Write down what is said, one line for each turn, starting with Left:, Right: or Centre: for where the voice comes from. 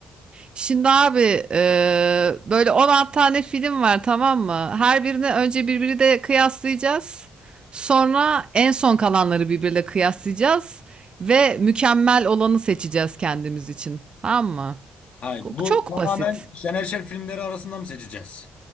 Right: Şimdi abi e, böyle 16 tane film var tamam mı? Her birini önce birbiri de kıyaslayacağız. Sonra en son kalanları birbiriyle kıyaslayacağız ve mükemmel olanı seçeceğiz kendimiz için. Tamam mı?
Left: Hayır,
Right: Ko-
Left: bu
Right: Çok basit.
Left: tamamen Şener Şen filmleri arasında mı seçeceğiz?